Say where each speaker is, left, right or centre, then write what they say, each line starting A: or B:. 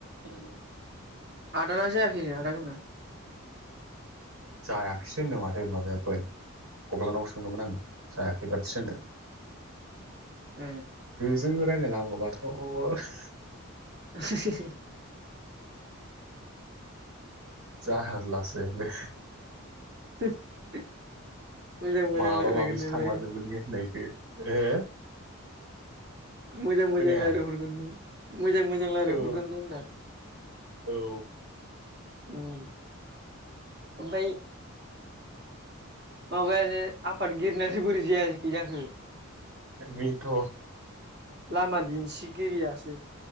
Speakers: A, on the right; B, on the right.
A: औ।
B: आदाना जायाखै नो आदागना <unintelligible>
A: जायाखिसै होनदों माथो माबायाथ गब्लानाव सोंदोंमोन <unintelligible> आङो जायाखै बाथसदों <unintelligible>
B: ओम
A: जों रायजलायनांगौब्लाथ'।
B: <unintelligible>
A: जारलासोनो।
B: <unintelligible> मोजां मोजां
A: माबाबा
B: रायलायगोन
A: माबिसो
B: नो
A: थांला
B: बे
A: जोबगोन <unintelligible> हो।
B: मोजां मोजां
A: खोनाया
B: रायजायहरगोन नों। मोजां मोजां रायजलायहरगोन
A: औ
B: दे होनदां
A: औ
B: ओमफ्राय। माबायानो आफादगिरिरनासो बोरै जाया जखि जाखो।
A: बेथ'
B: लामा दिन्थिगिरियासै